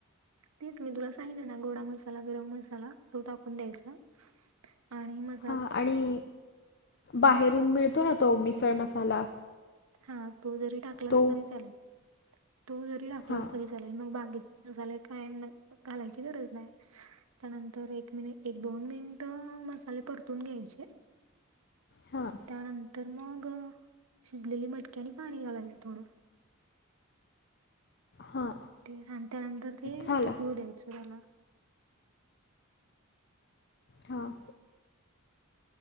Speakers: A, on the right (about 80°); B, on the left (about 50°).
A: तेच मी तुला सांगितलं ना, गोडा मसाला, गरम मसाला तो टाकून द्यायचा. आणि मग
B: हां, आणि बाहेरून मिळतो ना तो मिसळ मसाला?
A: हां, तो जरी टाकलास
B: तो
A: तरी चालेल, तो जरी टाकलास
B: हां
A: तरी चालेल, मग बाकिचे मसाले काय घालायची गरज नाही. त्यानंतर एक मिनि एक दोन मिनिटं मसाले परतून घ्यायचे
B: हां
A: त्यानंतर मग भिजलेली मटकी‌‌ आणि पाणी घालायचं थोड
B: हां
A: ते आणि त्यानंतर ते
B: झाला
A: उकळू द्यायचं त्याला,
B: हां,